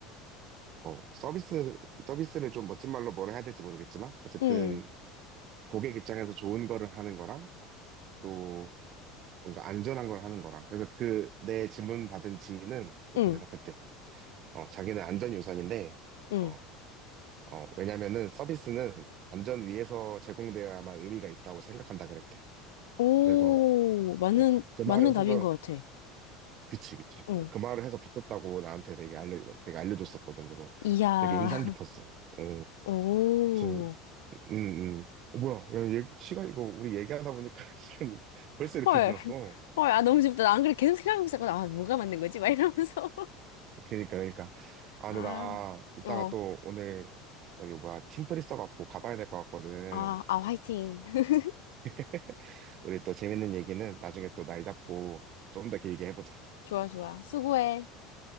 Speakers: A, on the right; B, on the left.
A: 어, 서비스, 서비스를 좀 멋진 말로 뭐라 해야 될지 모르겠지만, 어쨌든
B: 응,
A: 고객 입장에서 좋은 거를 하는 거랑 또 뭔가 안전한 걸 하는 거랑 그래서 그 내 질문 받은 지인은 그렇게
B: 응,
A: 대답했대. 어, 자기는 안전이 우선인데
B: 응.
A: 어, 어, 왜냐면은 서비스는 안전 위에서 제공되어야만 의미가 있다고 생각한다 그랬대.
B: 오,
A: 그래서
B: 맞는,
A: 어, 그래서 그 말을
B: 맞는 답인
A: 해서
B: 것 같아.
A: 그치 그치
B: 응.
A: 그래서 그 말을 해서 붙었다고 나한테 되게 알려 되게 알려줬었거든. 그래서
B: 이야,
A: 되게 인상 깊었어.
B: <laughs>
A: 어,
B: 오,
A: 좀, 음, 음. 어, 뭐야, 야, 얘, 시간, 이거, 우리 얘기하다 보니까 <laughs> 시간이 벌써 이렇게
B: 헐,
A: 지났어.
B: 헐, 아, 너무 쉽다. 나 안 그래. 계속 생각하고 있었거든. 아, 뭐가 맞는 거지? 막 이러면서. <laughs>
A: 그니까, 그니까. 아,
B: 아,
A: 근데 나 이따가
B: 어,
A: 또 오늘 저기 뭐야, 팀플 있어갖고 가봐야 될 것 같거든.
B: 아, 아, 화이팅. <laughs>
A: <laughs> 우리 또 재밌는 얘기는 나중에 또 날 잡고 좀 더 길게 해보자.
B: 좋아, 좋아. 수고해.